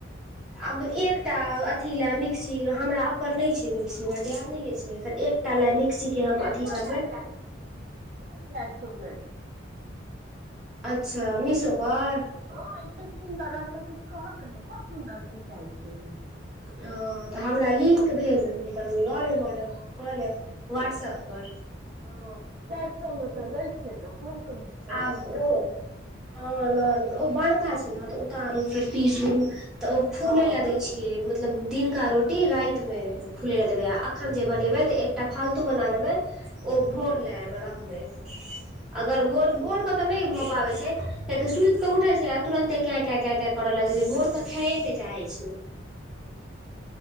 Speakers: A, in the centre; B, on the right (about 50°).
A: आब एकटा अथी लए मिक्सी हमरा अपन नै छैय मिक्सी हमरा दियदनीके छैय फेर एक एकटा लय मिक्सीके हम
B: एकोटा
A: अथी करबै।
B: वला मिक्सी <unintelligible> चारि सए मे।
A: अच्छा मिसो पर।
B: हँ एते सुन्दर रहतौ किछु कह के ने खूब सुन्दर बिकाइ छैय।
A: ह तऽ हमरा लिंक भेज देब अपन लऽ लेब ऑर्डर क लेब व्हाट्सऐप पर।
B: ह चार सए मे तऽ दै छैय तऽ। कोन कहै छै चारि
A: आब
B: सौ मे
A: ओ
B: लऽ लेबै
A: हँ लऽ लेबै ओ बड़का छैय ने तऽ उतारू फेर पीसू तऽ ओ फूलै
B: हँ
A: लय दइ छियै मतलब दिनका रोटी रातिमे फुलै लय देबै अखन जे बनेबै तऽ एकटा फालतू बना लेबै ओ भोर लए रखबै। अगर भोर, भोर के तऽ नै भ पाबै छैय कियाकि सुति केऽ उठे छैय तुरंते क़ैँ-कैँ- कैँ- कैँ करऽ लगै छैय, भोर के खाए नहि चाहे छैय।
B: ह